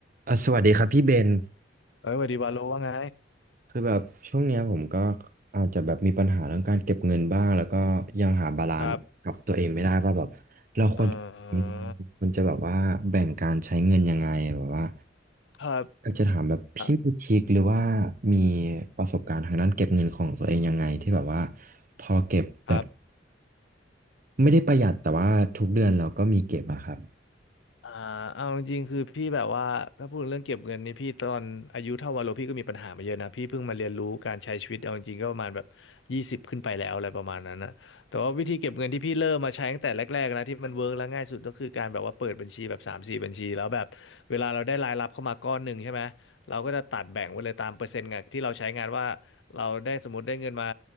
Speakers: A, on the right (about 50°); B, on the left (about 85°).
A: เอ่ะสวัสดีครับพี่เบน
B: เอ้ยสวัสดีวาโลว่าไง
A: คือแบบช่วงเนี้ยผมก็อาจจะแบบมีปัญหาเรื่องการเก็บเงินบ้างแล้วก็ยังหาบาลานซ์กับตัวเองไม่ได้ว่าแบบเราควรอืม
B: ครับ เอ่อ
A: ควรจะแบบว่าแบ่งการใช้เงินยังไงแบบว่า
B: ครับ
A: อยากจะถามแบบพี่มีทริคหรือว่า
B: อ่ะ
A: มีประสบการณ์ทางด้านเก็บเงินของตัวเองยังไงที่แบบว่าพอเก็บแบบ
B: ครับ
A: ไม่ได้ประหยัดแต่ว่าทุกเดือนเราก็มีเก็บอะครับ
B: อ่าเอาจริงๆคือพี่แบบว่าถ้าพูดเรื่องเก็บเงินนี่พี่ตอนอายุเท่าวาโลพี่ก็มีปัญหามาเยอะนะพี่เพิ่งมาเรียนรู้การใช้ชีวิตเอาจริงๆก็ประมาณแบบยี่สิบขึ้นไปแล้วอะไรประมาณนั้นนะแต่ว่าวิธีเก็บเงินที่พี่เริ่มมาใช้ตั้งแต่แรกๆนะที่มันเวิร์กและง่ายสุดก็คือการแบบว่าเปิดบัญชีแบบสามสี่บัญชีแล้วแบบเวลาเราได้รายรับเข้ามาก้อนหนึ่งใช่ไหมเราก็จะตัดแบ่งไว้เลยตามเปอร์เซ็นต์งานที่เราใช้งานว่าเราได้สมมติได้เงินมา